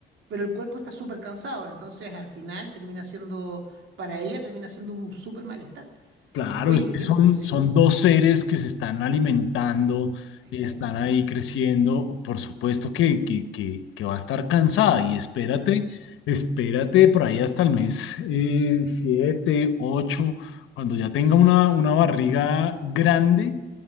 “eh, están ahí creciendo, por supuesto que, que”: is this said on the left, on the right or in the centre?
Left